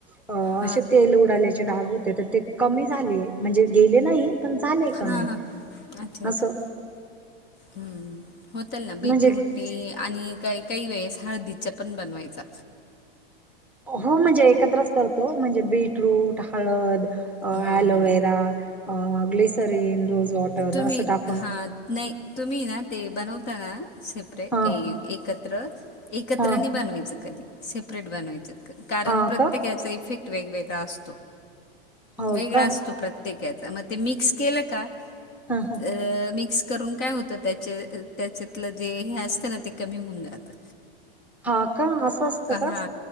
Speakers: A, in the centre; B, on the left (about 35°).
A: अ
B: हां
A: अश तेल उडाले. डाग होते तर ते कमी झाले, म्हणजे गेले नाही. पण झालेय कमी
B: हां हां अच्छा अच्छा
A: असं.
B: हम्म, होतल ना बीट्रूट
A: म्हणजे
B: हे आणि काही काही वेळेस हळदीच्या पण बनवायचा.
A: हो म्हणजे एकत्रच करतो म्हणजे बीटरूट हळद. अ
B: हां
A: ॲलोवेरा,
B: हां
A: अ ग्लसरीन रोज वॉटर
B: अ तुम्ही
A: असं टाकून.
B: हां नाही तुम्ही ना ते बनवताना सेपरेट
A: हा
B: एकत्र. एकत्रनी
A: हा
B: बनवायचं कधी सेपरेट बनवायचं कारण
A: हा
B: प्रत्येक
A: का
B: याचा इफेक्ट. वेगवेगळा असतो
A: हो
B: वेळा
A: का
B: असतो प्रत्येका ते मिक्स केलं का
A: ह ह
B: अ मिक्स करून काय होत त्या त्याच्यातलं जे हे असतं ना ते कमी होऊन जातं.
A: हा का असं असतं
B: का हा